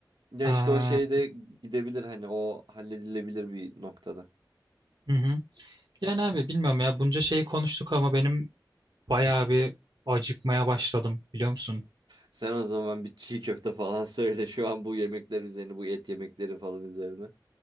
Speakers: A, on the right; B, on the right.
A: Ya
B: Eee,
A: işte o şey de gidebilir hani o halledilebilir bir noktada.
B: hı hı. Yani abi bilmiyorum ya bunca şeyi konuştuk ama benim bayağı bir acıkmaya başladım biliyor musun?
A: Sen o zaman bir çiğ köfte falan <laughs> söyle şu an bu yemekler üzerine bu et yemekleri falan üzerine.